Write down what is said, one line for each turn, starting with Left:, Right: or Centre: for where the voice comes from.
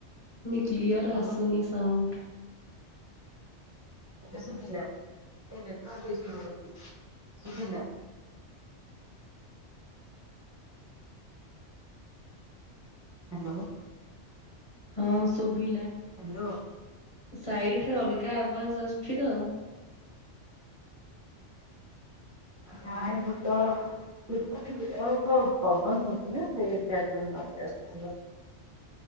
Left: କ୍ଲିଅର
Right: ଆଉ
Left: ଆସୁନି ସାଉଣ୍ଡ।
Right: ଏବେ ଶୁଭିଲା ଟିକେ ନେଟୱାର୍କ ଇସୁ ରହୁଚି ଶୁଭିଲା। ହାଲୋ।
Left: ହଁ ଶୁଭିଲା
Right: ହ୍ୟାଲୋ
Left: ସାଇଡ ରେ ଅଲଗା ଆବାସ ଆସୁଛି ତ।
Right: ନାଇଁ ମୁଁ ତ ଶୁଭୁନି କିଛି ଓହୋ ପବନ ହଉଥିଲେ <unintelligible> ଶୁଭିବ।